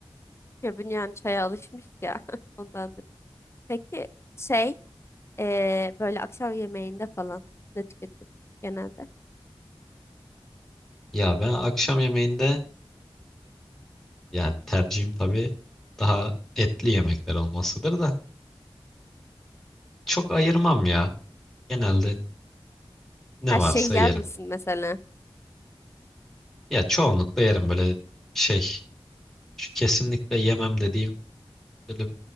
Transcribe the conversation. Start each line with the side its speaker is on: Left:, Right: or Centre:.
Left: Ya bünyen çaya alışmış ya <laughs> ondandır. Peki şey eee, böyle akşam yemeğinde falan ne tüketiyorsun genelde?
Centre: Ya ben akşam yemeğinde yani tercihim tabii daha etli yemekler olmasıdır da çok ayırmam ya. Genelde ne
Left: Her
Centre: varsa
Left: şeyi yer
Centre: yerim.
Left: misin mesela?
Centre: Ya çoğunlukla yerim böyle şey Şu kesinlikle yemem dediğim böyle